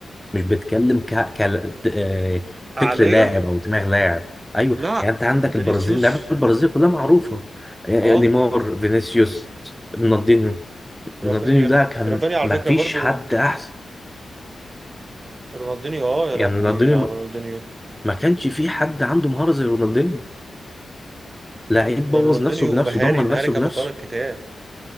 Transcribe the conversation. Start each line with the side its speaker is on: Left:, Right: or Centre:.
Centre: مش بتتكلم ك... ك... آه،
Right: عليا
Centre: فكر لاعب او دماغ لاعب ايوه
Right: لا
Centre: يعني انت عندك
Right: فينيسيوس
Centre: البرازيل لعيبه البرازيل كلها معروفه آه،
Right: اه
Centre: آه، نيمار فينيسيوس رونالدينيو
Right: رافينيا
Centre: رونالدينيو ده كان
Right: رافينيا على
Centre: ما
Right: فكرة
Centre: فيش
Right: برضو
Centre: حد احسن
Right: رونالدينيو اه يا
Centre: يعني
Right: لهوي
Centre: رونالدينيو
Right: على رونالدينيو
Centre: ما كانش في حد عنده مهارة زي رونالدينيو لعيب
Right: ده
Centre: بوظ
Right: رونالدينيو
Centre: نفسه بنفسه
Right: ومهاري
Centre: دمر نفسه
Right: مهاري كما
Centre: بنفسه
Right: قال الكتاب